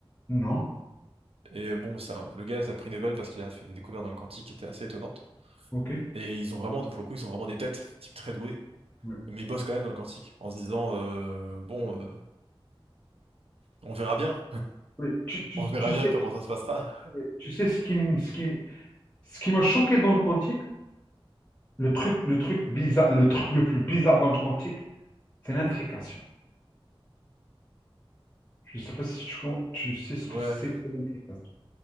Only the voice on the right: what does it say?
Et euh, bon, ça, le gars, c'est un prix Nobel parce qu'il a fait des découvertes dans le quantique qui étaient assez étonnantes.
Et ils ont vraiment, pour le coup, ils sont vraiment des têtes, des types très doués.
Mais ils bossent quand même dans le quantique en se disant, euh, bon. euh, on verra bien.
On verra
bien
comment ça se passera.
Ouais.